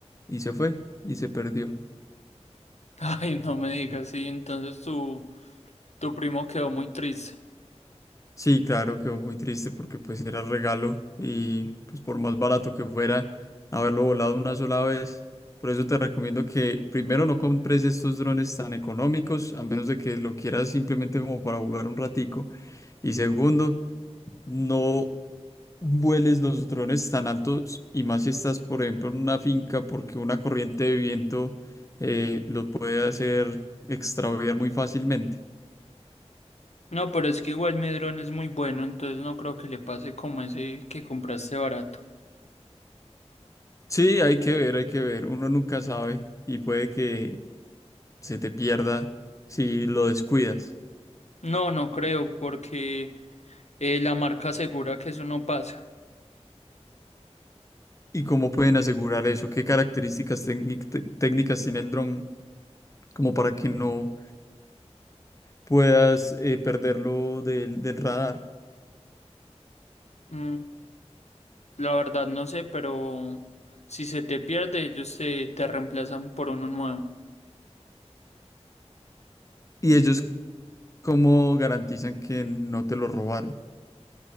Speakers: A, on the left; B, on the left.
A: y se fue y se perdió?
B: <laughs> Ay, no me digas, sí, entonces tu, tu primo quedó muy triste.
A: Sí, claro, quedó muy triste porque pues era regalo y pues por más barato que fuera haberlo volado una sola vez. Por eso te recomiendo que primero no compres estos drones tan económicos, a menos de que lo quieras simplemente como para jugar un ratico. Y segundo, no vueles los drones tan altos y más si estás, por ejemplo, en una finca porque una corriente de viento eh, lo puede hacer extraviar muy fácilmente.
B: No, pero es que igual Medrón es muy bueno, entonces no creo que le pase como ese que compraste barato.
A: Sí, hay que ver, hay que ver. Uno nunca sabe y puede que se te pierda si lo descuidas.
B: No, no creo, porque eh, la marca asegura que eso no pasa.
A: ¿Y cómo pueden asegurar eso? ¿Qué características técnic- te- técnicas tiene el dron como para que no puedas eh, perderlo del, del radar?
B: Mm, la verdad no sé, pero si se te pierde, ellos te, te reemplazan por uno nuevo.
A: ¿Y ellos cómo garantizan que no te lo robaron?